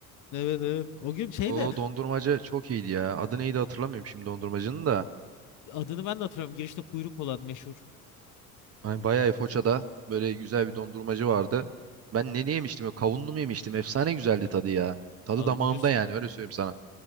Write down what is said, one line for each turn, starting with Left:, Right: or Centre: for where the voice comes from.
Left: Evet evet. O gün şey
Right: O
Left: de
Right: dondurmacı çok iyiydi ya. Adı neydi
Left: o-
Right: hatırlamıyorum şimdi dondurmacının da.
Left: adını ben de hatırlıyorum. Girişte kuyruk olan meşhur
Right: Hani bayağı Foça'da böyle güzel bir dondurmacı vardı. Ben ne yemiştim? ya? Kavunlu mu yemiştim? Efsane güzeldi tadı ya. Tadı
Left: a,
Right: damağımda
Left: 100
Right: yani öyle söyleyeyim sana.